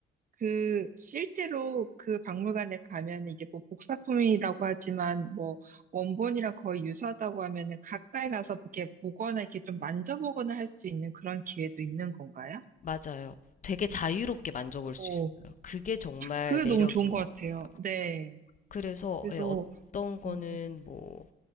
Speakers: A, on the right; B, on the left.
A: 그 실제로 그 박물관에 가면은 이게 뭐 복사품이라고 하지만 뭐 원본이랑 거의 유사하다고 하면은 가까이 가서 이렇게 보거나 이렇게 좀 만져보거나 할 수 있는 그런 기회도 있는 건가요?
B: 맞아요. 되게 자유롭게 만져볼 수
A: 오,
B: 있어요. 그게 정말
A: 그게
B: 매력인
A: 너무 좋은 것
B: 것
A: 같아요.
B: 같아요.
A: 네.
B: 그래서
A: 그래서
B: 예, 어떤 거는
A: 음.
B: 뭐